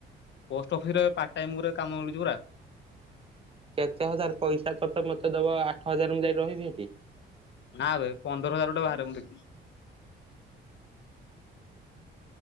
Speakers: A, on the left (about 65°); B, on the right (about 30°).
A: ପୋଷ୍ଟ ଅଫିସ ରେ ପାର୍ଟ ଟାଇମ ରେ କାମ ମିଳୁଛି ପୁରା।
B: କେତେ ହଜାର ପଇସା ତତେ ମତେ ଦବ ଆଠ ହଜାର ମୁଁ ଯାଇ ରହିବି ସେଠି।
A: ନା ଏବେ ପନ୍ଦର ହଜାର ଟଙ୍କା ବାହାରେ ମୁଁ ଦେଖି